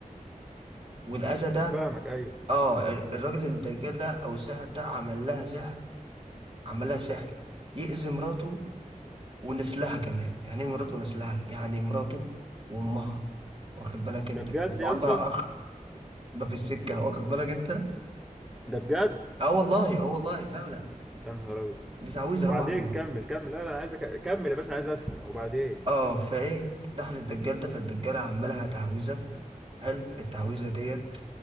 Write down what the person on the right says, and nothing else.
والأذى ده
اه ال- الراجل الدجال ده او الساحر ده عمل لها سحر عمل لها سحر يأذي مراته ونسلها كمان يعني ايه مراته ونسلها يعني مراته وامها واخد بالك انت
وعندها
اخ بقى في السكه واخد بالك انت
اه والله اه والله فعلا
دي تعويذه
هو عملها
اه فايه دخل الدجال ده فالدجال عمل لها تعويذه حلو التعويذه ديت